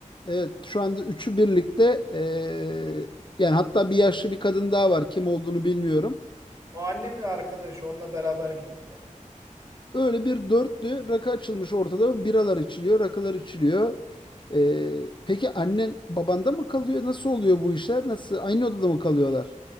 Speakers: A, on the left; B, on the right.
A: evet şu anda üçü birlikte eee, yani hatta bir yaşlı bir kadın daha var kim olduğunu bilmiyorum.
B: O annemin arkadaşı. Onunla beraber gittiler.
A: Öyle bir dörtlü rakı açılmış ortada. Biralar içiliyor, rakılar içiliyor. Ee, peki annen babanda mı kalıyor? Nasıl oluyor bu işler? Nasıl? Aynı odada mı kalıyorlar?